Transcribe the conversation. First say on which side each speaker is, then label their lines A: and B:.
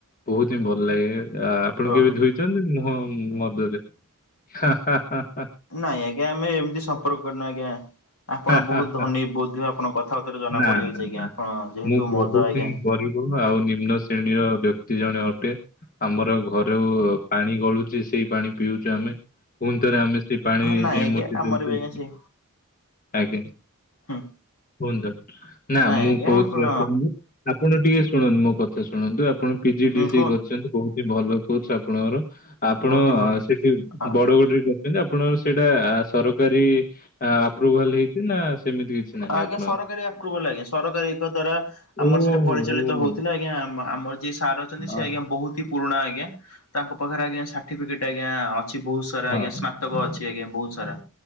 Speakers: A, on the left; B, on the left.
A: ବହୁତ ହିଁ ଭଲ ଲାଗେ ଆ ଆପଣ
B: ଓହୋ
A: କେବେ ଧୋଇଛନ୍ତି ମୁହଁ ମଦରେ? ହଁ ହଁ ହଁ।
B: ନାଇଁ ଆଜ୍ଞା ଆମେ ଏମିତି ସମ୍ପର୍କ କରନୁ ଆଜ୍ଞା। ଆପଣ
A: ହାଁ ହାଁ
B: ବହୁତ
A: ହାଁ ହାଁ ହାଁ ହାଁ
B: ଧନୀ ବୋଧେ ଆପଣ କଥାବାର୍ତ୍ତା ରୁ ଜଣା
A: ନା
B: ପଡିଯାଉଛି
A: ନା
B: ଆଜ୍ଞା,
A: ନା
B: ଆପଣ ଯେହେତୁ
A: ମୁଁ ବହୁତ
B: ମଦ ଆଜ୍ଞା।
A: ହିଁ ଗରିବ ଆଉ ନିମ୍ନ ଶ୍ରେଣୀର ବ୍ୟକ୍ତି ଜଣେ ଅଟେ। ଆମର ଘରୁ ପାଣି ଗଳୁଛି ସେଇ ପାଣି ପିଉଛୁ ଆମେ। ପୁଣି ଥରେ ଆମେ ସେ ପାଣି
B: ନାଇଁ
A: ଯାଇ
B: ଆଜ୍ଞା
A: ମୂତୀ
B: ଆମର
A: ଦଉଚୁ
B: ବି ଆଜ୍ଞା ସେଇ
A: ଆଜ୍ଞା।
B: ହୁଁ
A: କୁହନ୍ତୁ, ନା
B: ନାଇଁ
A: ମୁଁ
B: ଆଜ୍ଞା
A: କହୁଥିଲି
B: ଆପଣ
A: ଆପଣଙ୍କୁ ଆପଣ ଟିକେ ଶୁଣନ୍ତୁ ମୋ କଥା ଶୁଣନ୍ତୁ, ଆପଣ ପି ଜି
B: ହୁଁ
A: ଡି ସି
B: କୁହନ୍ତୁ
A: ଏ କରିଛନ୍ତି। ବହୁତ ହି ଭଲ କୋର୍ସ ଆପଣଙ୍କର, ଆପଣ
B: ବହୁତ ହି ଭଲ
A: ସେଠି
B: ହଁ।
A: ଛନ୍ତି ଆପଣଙ୍କର ସେଇଟା ସରକାରୀ ଆପ୍ରୁଭାଲ ହେଇଛି, ନା ସେମିତି କିଛି? ନାହିଁ
B: ଆଜ୍ଞା
A: ଆପଣଙ୍କର?
B: ସରକାରୀ ଆପରୁଭାଲ ଆଜ୍ଞା, ସରକାରୀଙ୍କ ଦ୍ଵାରା ଆମର
A: ଓହୋ
B: ସେଠା ପରିଚାଳିତ
A: ଓହୋ
B: ହଉଥିଲା ଆଜ୍ଞା, ଆମର ଯିଏ ସାର୍ ଅଛନ୍ତି ସ
A: ଆ,
B: ଆଜ୍ଞା ବହୁତ ହି ପୁରୁଣା ଆଜ୍ଞା, ତାଙ୍କ ପାଖରେ ଆଜ୍ଞା ସାର୍ଟିଫିକେଟ୍ ଆଜ୍ଞା ଅଛି ବହୁତ ସାରା
A: ହଁ
B: ଆଜ୍ଞା ସ୍ନା ସ୍ନାତକ ଅଛି ଆଜ୍ଞା ବହୁତ ସାରା।